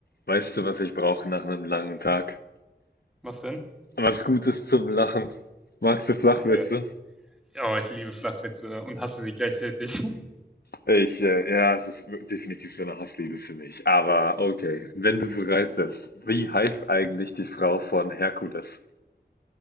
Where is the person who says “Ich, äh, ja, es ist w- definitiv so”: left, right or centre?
Left